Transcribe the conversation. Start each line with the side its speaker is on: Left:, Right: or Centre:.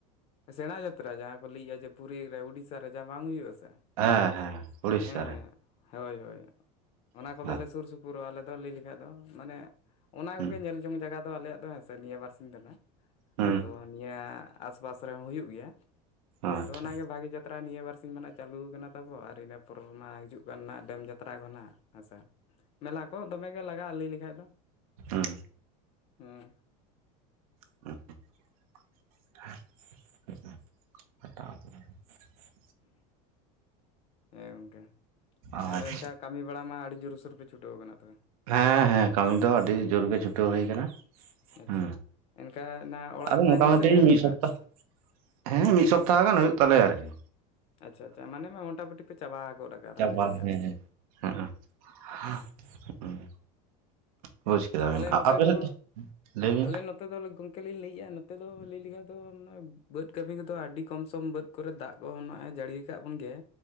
Left: ᱥᱮᱬᱟ ᱡᱟᱛᱨᱟ ᱡᱟᱦᱟᱸ ᱠᱚ ᱞᱟᱹᱭᱮ-ᱟ ᱡᱮ ᱯᱩᱨᱤ ᱨᱮ ᱩᱲᱤᱥᱟ ᱨᱮ ᱡᱟᱦᱟ ᱵᱟᱝ ᱦᱩᱭᱩᱜ-ᱟ ᱥᱮ᱾
Right: ᱦᱮᱸ ᱦᱮᱸ ᱩᱲᱤᱥᱥᱟ
Left: ᱦᱮᱸ
Right: ᱨᱮ
Left: ᱦᱳᱭ ᱦᱳᱭ ᱚᱱᱟ
Right: ᱟᱪᱪᱷᱟ
Left: ᱠᱚᱫᱚᱞᱮ ᱥᱩᱨᱥᱩᱯᱩᱨᱚᱜ-ᱟ ᱟᱞᱮ ᱫᱚ ᱞᱟᱹᱭ ᱞᱮᱠᱷᱟᱡ ᱫᱚ ᱢᱟᱱᱮ ᱚᱱᱟ
Right: ᱦᱩᱸ
Left: ᱠᱚᱜᱮ ᱧᱮᱞ ᱡᱚᱝ ᱡᱟᱭᱜᱟ ᱫᱚ ᱟᱞᱮᱭᱟᱜ ᱫᱚ ᱦᱮᱸ ᱥᱮ ᱱᱤᱭᱟᱹ ᱵᱟᱨᱥᱤᱧ ᱫᱚ ᱱᱟᱦᱟᱸᱜ᱾
Right: ᱦᱩᱸ
Left: ᱛᱚ ᱱᱤᱭᱟᱹ ᱟᱥᱵᱟᱥ ᱨᱮᱦᱚᱸ ᱦᱩᱭᱩᱜ ᱜᱮᱭᱟ
Right: ᱟᱪᱪᱷᱟ
Left: ᱛᱚ ᱚᱱᱟᱜᱮ ᱵᱷᱟᱜᱮ ᱡᱟᱛ ᱡᱟᱛᱨᱟ ᱱᱤᱭᱟᱹ ᱵᱟᱨᱥᱤᱝ ᱠᱷᱚᱱᱟᱜ ᱪᱟᱹᱞᱩ ᱟᱠᱟᱱᱟ ᱛᱟᱵᱚ ᱟᱨ ᱤᱱᱟᱹ ᱯᱚᱨ ᱢᱟ ᱦᱤᱡᱩᱜ ᱠᱟᱱ ᱱᱟᱜ ᱰᱮᱢ ᱡᱟᱛᱨᱟ ᱠᱚ ᱱᱟᱦᱱᱟᱜ ᱦᱮᱸᱥᱮ᱾ ᱢᱮᱞᱟ ᱠᱚ ᱫᱚᱢᱮᱜ ᱜᱮ ᱞᱟᱜᱟᱜ-ᱟ ᱞᱟᱹᱭ ᱞᱮᱠᱷᱟᱡ ᱫᱚ᱾
Right: ᱦᱩ
Left: ᱦᱩ
Right: <inaudible>
Left: ᱦᱮ ᱜᱚᱝᱠᱮ
Right: ᱟᱪᱪᱷᱟ
Left: ᱟᱨ ᱮᱱᱠᱷᱟᱡ ᱠᱟᱢᱤ ᱵᱟᱲᱟ ᱢᱟ ᱟᱰᱤ ᱡᱩᱨ ᱥᱩᱨ ᱯᱮ ᱪᱷᱩᱴᱟᱹᱣ ᱟᱠᱟᱱᱟ ᱛᱚ
Right: ᱦᱮ ᱦᱮ ᱠᱟᱹᱢᱤ ᱫᱚ ᱟᱹᱰᱤ ᱡᱚᱨ ᱜᱮ ᱪᱷᱩᱴᱟᱹᱣ ᱦᱩᱭ ᱟᱠᱟᱱᱟ᱾
Left: ᱟᱪᱪᱷᱟ
Right: ᱦᱩ
Left: ᱮᱱᱠᱟ ᱚᱱᱟ ᱚᱲᱟᱜ
Right: ᱟᱫᱚ
Left: ᱨᱮᱱᱟᱜ
Right: ᱢᱚᱴᱟᱢᱩᱴᱤ
Left: ᱜᱮᱥᱮ
Right: ᱢᱤᱫ
Left: ᱱᱚᱝᱠᱟ
Right: ᱥᱚᱯᱛᱟᱼᱼ ᱦᱮ ᱢᱤᱫ ᱥᱚᱯᱛᱟᱦᱚ ᱜᱟᱱ ᱦᱩᱭᱩᱜ ᱛᱟᱞᱮᱭᱟ ᱟᱨ ᱠᱤ
Left: ᱟᱪᱷᱟ ᱟᱪᱷᱟ ᱢᱟᱱᱮ ᱢᱟ ᱢᱚᱴᱟᱢᱩᱴᱤ ᱯᱮ ᱪᱟᱵᱟ ᱜᱚᱫ ᱠᱟᱜᱟ
Right: ᱪᱟᱵᱟ
Left: ᱞᱟᱹᱭ ᱞᱮᱠᱟᱢ
Right: ᱦᱮᱸ
Left: ᱫᱚ
Right: <unintelligible> ᱦᱩᱸ ᱵᱩᱡᱽ ᱠᱮᱫᱟ ᱵᱤᱱ
Left: ᱟᱞᱮ
Right: ᱟᱯᱮ
Left: ᱱᱚᱛᱮ
Right: <unintelligible>
Left: ᱫᱚ
Right: ᱞᱟᱹᱭ ᱵᱤᱱ
Left: ᱟᱞᱮ ᱱᱚᱛᱮ ᱫᱚ ᱜᱚᱝᱠᱮ ᱞᱤᱧ ᱞᱟᱹᱭᱜᱼᱟ ᱱᱚᱛᱮ ᱫᱚ ᱞᱟᱹᱭ ᱞᱮᱠᱷᱟᱡ ᱫᱚ ᱢᱟᱱᱮ ᱵᱟᱹᱫᱽ ᱠᱟᱹᱢᱤ ᱠᱚᱫᱚ ᱟᱹᱰᱤ ᱠᱚᱢ ᱥᱚᱢ ᱵᱟᱹᱫᱽ ᱠᱚᱨᱮ ᱫᱟᱜ ᱠᱚ ᱱᱚᱜᱼᱮᱭ ᱡᱟᱹᱲᱤᱭ ᱠᱟᱜ ᱵᱚᱱ ᱜᱮᱭ